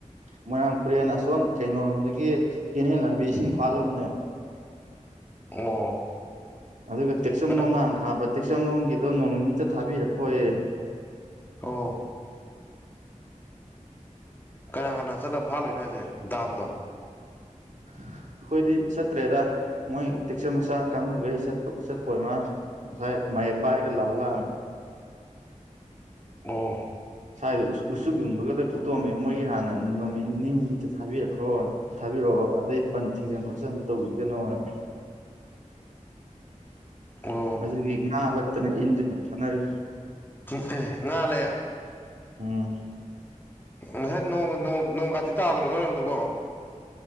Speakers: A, on the right (about 65°); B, on the left (about 15°).
A: ꯃꯣꯏꯔꯥꯡꯄꯨꯔꯦꯟ ꯑꯁꯣꯟ ꯀꯩꯅꯣꯔꯣꯝꯗꯒꯤ ꯀꯦꯅꯦꯟ ꯂꯝꯕꯤ ꯏꯁꯤꯡ ꯐꯥꯠꯂꯨꯝꯅꯦ
B: ꯑꯣ
A: ꯑꯗꯨꯒ ꯇꯦꯛꯆꯝꯂꯣꯝꯗ
B: ꯀꯅꯥ
A: ꯍꯥꯟ ꯊꯥꯕ ꯇꯦꯛꯁꯝꯂꯣꯝꯒꯤꯗꯣ ꯅꯣꯡ ꯅꯤꯅꯤꯇ ꯊꯥꯕꯤꯔꯛꯈꯣꯌꯦ
B: ꯑꯣ ꯀꯅꯥ ꯀꯅꯥ ꯆꯠꯂ ꯐꯥꯠꯂꯨꯏꯅꯣ ꯍꯥꯏꯖꯦ ꯗꯥꯝꯗꯣ
A: <unintelligible> ꯑꯈꯣꯏꯗꯤ ꯆꯠꯇ꯭ꯔꯦꯗꯥ ꯃꯣꯏ ꯇꯦꯛꯆꯝ ꯃꯆꯥ ꯀꯥꯡꯒꯨꯒꯩ ꯆꯠꯄ ꯆꯠꯄ ꯑꯣꯏꯃꯅꯦ ꯉꯁꯥꯏ ꯃꯌꯦꯞ ꯄꯥꯏꯔꯒ ꯂꯥꯎ ꯂꯥꯛꯑꯝ
B: ꯑꯣ
A: ꯁꯥꯏꯗ ꯎ ꯎꯆꯨꯛ ꯌꯨꯡꯕꯒ ꯂꯣꯏ ꯐꯨꯛꯇꯣꯛꯑꯝꯃꯦ ꯃꯣꯏꯒꯤ ꯍꯥꯟꯅ ꯅꯨꯃꯤꯠ ꯅꯤꯅꯤ ꯍꯨꯝꯅꯤꯇ ꯊꯥꯕꯤꯔꯛꯈꯣꯅ ꯊꯕꯤꯔꯛ ꯑꯣ ꯑꯗꯩ ꯄꯟ ꯊꯤꯡꯖꯟ ꯈꯣꯠꯆꯟꯕ ꯇꯧꯕꯤꯒꯅꯣꯅ
B: ꯑꯣ
A: ꯑꯗꯨꯒꯤ ꯉꯥ ꯂꯛꯇꯅ ꯏꯟꯖꯤꯅ ꯁꯣꯟꯅꯔꯤ
B: <inaudible> ꯉꯥꯂꯑꯦ
A: ꯎꯝ
B: ꯉꯁꯥꯏ ꯅꯣꯡ ꯅꯣꯡ ꯅꯣꯡꯒꯥꯇꯤ ꯇꯥꯗ꯭ꯔꯣ ꯅꯣꯏꯔꯣꯝꯗꯨꯕꯣ